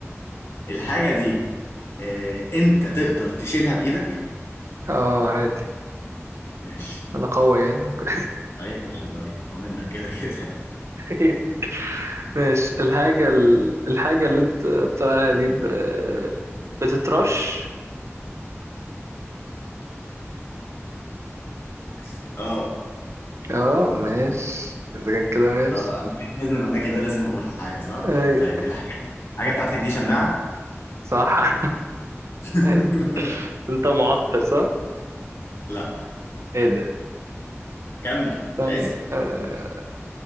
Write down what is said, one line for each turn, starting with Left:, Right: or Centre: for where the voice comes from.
Left: الحاجة دي آه انت تقدر تشيلها بايدك
Right: اه عادي
Left: ماشي
Right: انا قوي يعني ممكن
Left: ايوه يا باشا انت فيك اقوى منك كده كده
Right: <laughs> ماشي الحاجة ال... الحاجة اللي انت طلع عليها دي ب... بتترش
Left: <laughs> اه
Right: اه ماشي اذا كان كده ماشي
Left: اه انا كده لازم انا كده لازم اقول حاجة صح
Right: اي
Left: طيب الحاجة الحاجة بتاعتك دي شماعة
Right: صح
Left: <laughs>
Right: <laughs> انت معطر صح؟
Left: لا
Right: ايه ده؟
Left: كمل
Right: استنى
Left: اسأل
Right: آه،